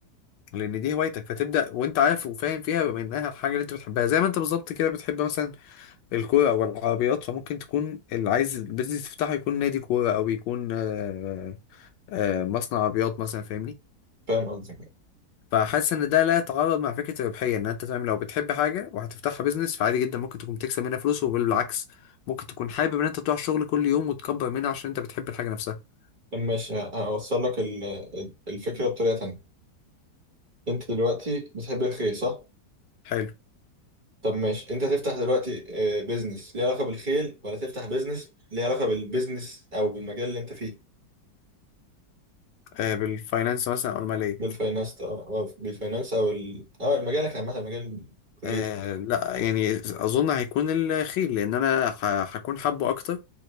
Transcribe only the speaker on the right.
فاهم قصدك
طب ماشي ه- هوصل لك ال- الفكره بطريقه تانيه انت دلوقتي بتحب الخيل صح؟
طب ماشي انت تفتح دلوقتي آه، بيزنس ليه علاقة بالخيل ولا تفتح بيزنس ليه علاقة بالبيزنس او بالمجال اللي انت فيه
بالفاينانس او أو بالفاينانس او ال... اه مجالك عامة مجال كليتك